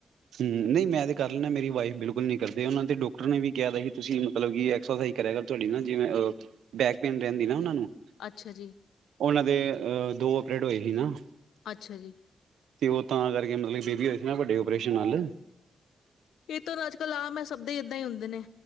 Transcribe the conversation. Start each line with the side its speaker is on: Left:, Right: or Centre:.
Right: ਹਮ ਨਹੀਂ ਮੈਂ ਤੇ ਕਰ ਲੈਣਾ ਮੇਰੀ ਵਾਈਫ ਬਿਲਕੁਲ ਨੀ ਕਰਦੇ ਉਹਨਾਂ ਤੇ ਡਾਕਟਰ ਨੇ ਵੀ ਕਿਹਾ ਦਾ ਸੀ ਤੁਸੀਂ ਮਤਲਬ ਕਿ ਐਕਸਰਸਾਈਜ਼ ਕਰਿਆ ਕਰ ਤੁਹਾਡੀ ਨਾ ਜਿਵੇਂ ਬੈਕਪੇਨ ਰਹਿੰਦੀ ਨਾ ਉਹਨਾਂ ਨੂੰ
Left: ਅੱਛਾ ਜੀ
Right: ਉਹਨਾਂ ਦੇ ਅਹ ਦੋ ਆਪਰੇ ਹੋਏ ਸੀ ਨਾ
Left: ਅੱਛਾ ਜੀ
Right: ਤੇ ਉਹ ਤਾਂ ਕਰਕੇ ਮਤਲਬ ਬੇਬੀ ਹੋ ਨਾ ਵੱਡੇ ਪੇਸ਼ ਨਾਲ
Left: ਇਹ ਤਾਂ ਅੱਜ ਕੱਲ ਆਮ ਹੈ ਸਭ ਦੇ ਹੀ ੱਦਾਂ ਹੀ ਹੁੰਦੇ ਨੇ